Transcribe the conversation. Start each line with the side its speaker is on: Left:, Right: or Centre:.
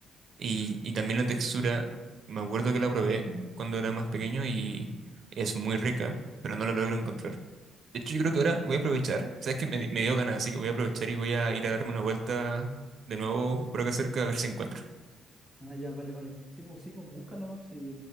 Right: Y, y también la textura, me acuerdo que la probé cuando era más pequeño y es muy rica, pero no la logro encontrar. De hecho, yo creo que ahora voy a aprovechar. Sabes que me, me dio ganas, así que voy a aprovechar y voy a ir a darme una vuelta de nuevo por acá cerca a ver si encuentro.
Left: Ah, ya, vale, vale. Sí, pues sí, pues busca nomás. Sí.